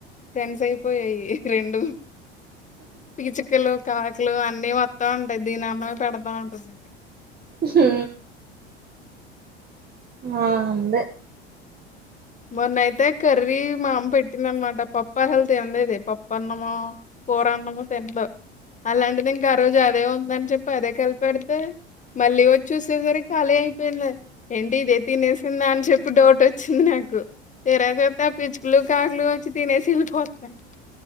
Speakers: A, on the left; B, on the right.
A: ఫ్రెండ్స్ అయిపోయాయి రెండు పీచుకలు, కాకి ట్లు అన్నీ వస్తా ఉంటాయి దీని అన్నం పెడతా ఉంటాది.
B: చ్ హు ఆ అంది
A: మొన్నయితే కర్రీ మా అమ్మ పెట్టింద అనమాట పప్ప అ హెల్త్ ఏం లేదు పప్ప అన్నమా కూర అన్నమో తినరు అలాంటిది ఇంకా ఆ రోజు అదే ఉం దని చెప్పి అదే కలిపెడితే మళ్ళీ వచ్చి చూసేసరికి ఖాళీ అయిపోయింది ఏంటి ఇదే తినేసిందా అని చెప్పి డౌట్ వచ్చింది నాకు తీరా చూస్తే ఆ పిచ్చుకలు కాకులు వచ్చి తినేసి వెళ్లిపోతున్నాయి